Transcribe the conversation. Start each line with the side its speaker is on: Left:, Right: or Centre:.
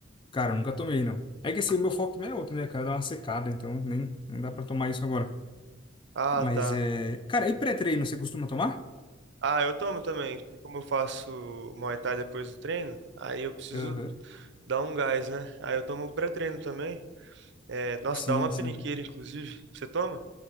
Left: Cara, eu nunca tomei, não. É que assim, o meu foco também é outro, né, cara? Dá uma secada, então nem, nem dá pra tomar isso agora.
Right: Ah,
Left: Mas
Right: tá.
Left: é. Cara, e pré-treino, você costuma tomar?
Right: Ah, eu tomo também, porque como eu faço Muay Thai depois do treino, aí eu preciso
Left: Aham.
Right: dar um gás, né? Aí eu tomo pré-treino também. É, nossa,
Left: Sim,
Right: dá uma
Left: sim.
Right: peniqueira, inclusive. Você toma?